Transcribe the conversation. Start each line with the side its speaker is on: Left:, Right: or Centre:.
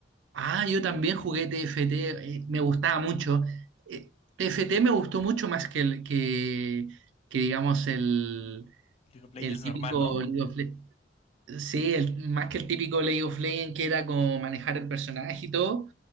Right: Ah, yo también jugué TFT, eh, me gustaba mucho. Eh, TFT me gustó mucho más que, el, que, que digamos el,
Left: League of Legends
Right: el típico
Left: normal, ¿no?
Right: League of Le- Sí, el- más que el típico League of Legends que era como manejar el personaje y todo.